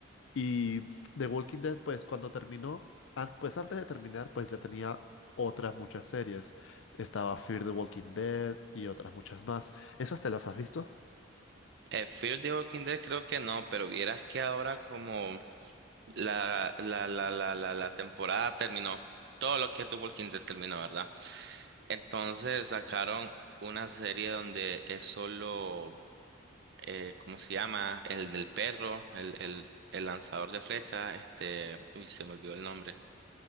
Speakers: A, on the left; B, on the right.
A: Y The Walking Dead, pues cuando terminó, an- pues antes de terminar, pues ya tenía otras muchas series. Estaba Fear the Walking Dead y otras muchas más. ¿Esas te las has visto?
B: Eh, Fear the Walking Dead creo que no, pero vieras que ahora como la, la, la, la, la, la temporada terminó, todo lo que es The Walking Dead terminó, ¿verdad? Entonces sacaron una serie donde es solo, eh, ¿cómo se llama? El del perro, el, el, el lanzador de flechas, este, uy, se me olvidó el nombre.